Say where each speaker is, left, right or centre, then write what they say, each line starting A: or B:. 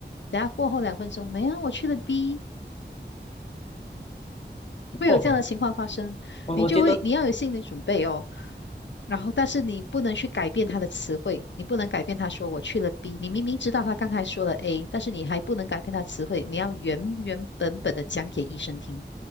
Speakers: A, on the left; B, on the left.
A: 等下过后两分钟，没啊，我去了 B，会有这样的情况发生，
B: 哦，我我觉得
A: 你就会你要有心理准备哦。然后，但是你不能去改变他的词汇，你不能改变他说我去了 B，你明明知道他刚才说了 A，但是你还不能改变他词汇，你要原原本本的讲给医生听，